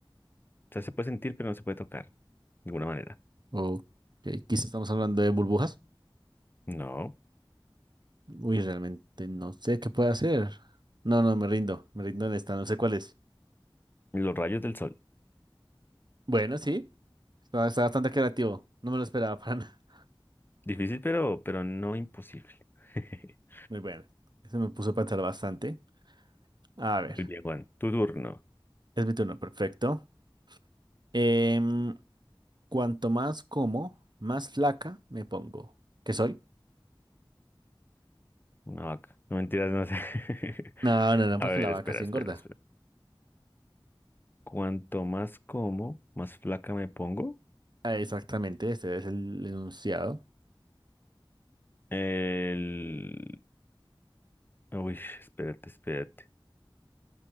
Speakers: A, on the left (about 25°); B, on the right (about 55°).
A: sea, se puede sentir, pero no se puede tocar, de alguna manera.
B: O que quizás estamos hablando de burbujas.
A: No,
B: Uy, realmente no sé qué puede hacer. No, no, me rindo, me rindo en esta, no sé cuál es.
A: los rayos del sol.
B: Bueno, sí, está, está bastante creativo. No me lo esperaba <laughs> para nada.
A: Difícil, pero, pero no imposible. <laughs>
B: Muy bueno, eso me puso a pensar bastante. A ver,
A: Muy bien, Juan. Tu turno.
B: es mi turno, perfecto. Em, cuanto más como, más flaca me pongo. ¿Qué soy?
A: Una vaca. No mentiras, no sé. <laughs>
B: No, no, no,
A: A
B: porque
A: ver,
B: la vaca
A: espera,
B: sí
A: espera,
B: engorda.
A: espera. Cuanto más como, más flaca me pongo.
B: Ah, Exactamente, este es el enunciado.
A: El... Uy, espérate, espérate.